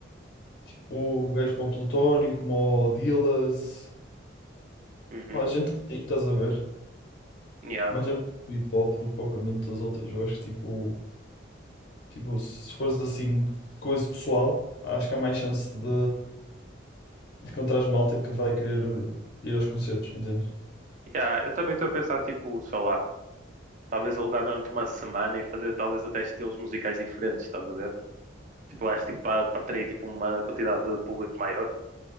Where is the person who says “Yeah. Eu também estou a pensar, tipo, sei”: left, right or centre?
Right